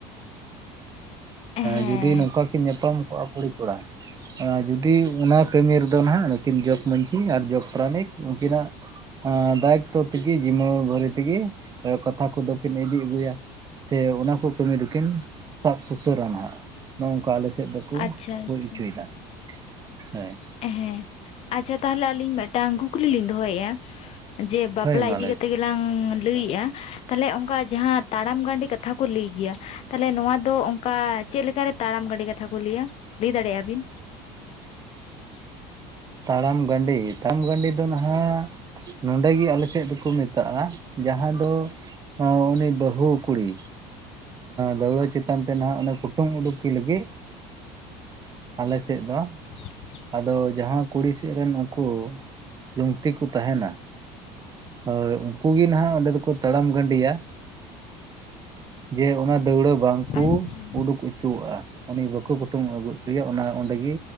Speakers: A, on the left; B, on the right.
A: ᱦᱮᱸ
B: ᱡᱩᱫᱤ ᱱᱚᱝᱠᱟ ᱠᱤᱱ ᱧᱟᱯᱟᱢ ᱠᱚᱜ-ᱟ ᱠᱩᱲᱤ ᱠᱚᱲᱟ᱾ ᱟᱨ ᱡᱩᱫᱤ ᱚᱱᱟ ᱠᱟᱹᱢᱤ ᱨᱮᱫᱚ ᱱᱟᱜ ᱱᱩᱠᱤᱱ ᱡᱚᱜᱽ ᱢᱟᱺᱡᱷᱤ ᱟᱨ ᱡᱚᱜᱽ ᱯᱟᱨᱟᱱᱤᱠ ᱩᱱᱠᱤᱱᱟᱜ ᱫᱟᱭᱤᱛᱛᱚ ᱛᱮᱜᱮ ᱡᱤᱢᱟᱹ ᱵᱷᱟᱹᱨᱮ ᱛᱮᱜᱮ ᱠᱟᱛᱷᱟ ᱠᱚᱫᱚ ᱠᱤᱱ ᱤᱫᱤ ᱟᱹᱜᱩᱭᱟ᱾ ᱥᱮ ᱚᱱᱟ ᱠᱚ ᱠᱟᱹᱢᱤ ᱫᱚᱠᱤᱱ ᱥᱟᱵ ᱥᱩᱥᱟᱹᱨᱟ ᱦᱟᱸᱜ ᱱᱚᱜ ᱱᱚᱝᱠᱟ ᱟᱞᱮ ᱥᱮᱫ ᱫᱚᱠᱚ
A: ᱟᱪᱪᱷᱟ
B: ᱦᱩᱭ
A: ᱟᱪᱪᱷᱟ
B: ᱚᱪᱚ ᱭᱮᱫᱟ ᱦᱮᱸ᱾
A: ᱦᱮᱸ ᱟᱪᱪᱷᱟ ᱛᱟᱦᱚᱞᱮ ᱟᱹᱞᱤᱧ ᱢᱤᱫ ᱴᱟᱝ ᱠᱩᱠᱞᱤ ᱞᱤᱧ ᱫᱚᱦᱚᱭᱮᱫ-ᱟ᱾ ᱡᱮ ᱵᱟᱯᱞᱟ
B: ᱦᱳᱭ ᱢᱟ
A: ᱤᱫᱤ
B: ᱞᱟᱹᱭ
A: ᱠᱟᱛᱮᱫ
B: ᱢᱮ
A: ᱜᱮᱞᱟᱝ ᱞᱟᱹᱭᱮᱜ-ᱟ᱾ ᱛᱟᱦᱚᱞᱮ ᱚᱱᱠᱟ ᱡᱟᱦᱟᱸ ᱛᱟᱲᱟᱢ ᱜᱟᱹᱰᱤ ᱠᱟᱛᱷᱟ ᱠᱚ ᱞᱟᱹᱭ ᱜᱮᱭᱟ᱾ ᱛᱟᱦᱚᱞᱮ ᱱᱚᱶᱟ ᱫᱚ ᱚᱱᱠᱟ ᱪᱮᱫ ᱞᱮᱠᱟ ᱨᱮ ᱛᱟᱲᱟᱢ ᱜᱟᱹᱰᱤ ᱠᱟᱛᱷᱟ ᱠᱚ ᱞᱟᱹᱭᱟ ᱞᱟᱹᱭ ᱫᱟᱲᱮ ᱭᱟᱜ ᱵᱤᱱ? <unintelligible>
B: ᱛᱟᱲᱟᱢ ᱜᱟᱹᱰᱮ ᱛᱟᱲᱟᱢ ᱜᱟᱹᱰᱮ ᱫᱚ ᱱᱟᱦᱟᱜ ᱱᱚᱹᱰᱮ ᱜᱮ ᱟᱞᱮ ᱥᱮᱫ ᱫᱚᱠᱚ ᱢᱮᱛᱟᱜ-ᱟ ᱡᱟᱦᱟᱸ ᱫᱚ ᱻᱩᱱᱤ ᱵᱟᱦᱩ ᱠᱩᱲᱤ ᱫᱟᱹᱣᱲᱟᱹ ᱪᱮᱛᱟᱱ ᱛᱮ ᱱᱟᱦᱟᱜ ᱚᱱᱮ ᱠᱩᱴᱩᱢ ᱩᱰᱩᱠᱤ ᱞᱟᱹᱜᱤᱫ ᱟᱞᱮ ᱥᱮᱫ ᱫᱚ
A: <unintelligible>
B: ᱟᱫᱚ ᱡᱟᱦᱟᱸ ᱠᱩᱲᱤ ᱥᱮᱫ ᱨᱮᱱ ᱩᱱᱠᱩ ᱞᱩᱝᱛᱤ ᱠᱚ ᱛᱟᱦᱮᱱᱟ ᱦᱳᱭ ᱩᱱᱠᱩ ᱜᱮ ᱱᱟᱦᱟᱜ ᱚᱸᱰᱮ ᱫᱚᱠᱚ ᱛᱟᱲᱟᱢ ᱜᱟᱹᱰᱤᱭᱟ ᱡᱮ ᱚᱱᱟ ᱫᱟᱹᱣᱲᱟᱹ ᱵᱟᱝ ᱠᱩ
A: ᱟᱪᱪᱷᱟ
B: ᱩᱰᱩᱠ ᱚᱪᱚᱣᱟᱜ-ᱟ ᱩᱱᱤ ᱵᱟᱠᱚ ᱠᱩᱴᱩᱢ ᱟᱹᱜᱩ ᱪᱚᱭᱟ ᱚᱱᱟ ᱚᱸᱰᱮ ᱜᱮ